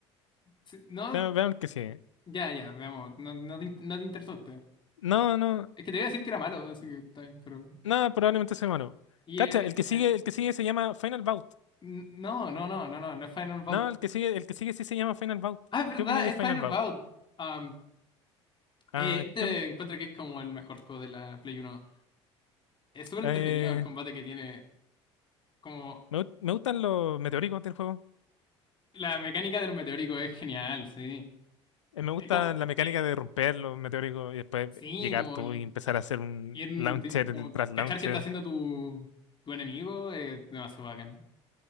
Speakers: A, on the left; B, on the left.
A: Sí, no,
B: Vean, vean el que sigue.
A: ya, ya, veamos, no, no te, in- no te interesaste.
B: No, no,
A: Es que te iba a decir que era malo, así que está bien, pero...
B: no, probablemente soy malo.
A: Y
B: Cacha,
A: eh,
B: el que sigue,
A: en
B: el que sigue se llama Final Bout.
A: N- No, no, no, no, no, no es Final Bout.
B: No, el que sigue, el que sigue sí se llama Final Bout.
A: Ah, es verdad,
B: ¿Qué opináis de
A: es
B: Final
A: Final
B: Bout?
A: Bout. Am,
B: Ah,
A: eh, este
B: ¿qué opin-
A: encuentro que es como el mejor juego de la Play Uno Es súper
B: eh,
A: entretenido el combate que tiene. Como
B: me, gu- me gustan los meteóricos del juego.
A: la mecánica de los meteóricos es genial, sí.
B: Eh, me gusta
A: Es como,
B: la mecánica
A: eh,
B: de romper los meteóricos y después
A: sí,
B: llegar
A: como,
B: tú
A: el-
B: y empezar a hacer un
A: ir
B: launcher
A: de- como
B: tras launcher.
A: cachar que está haciendo tu, tu enemigo es demasiado bacán.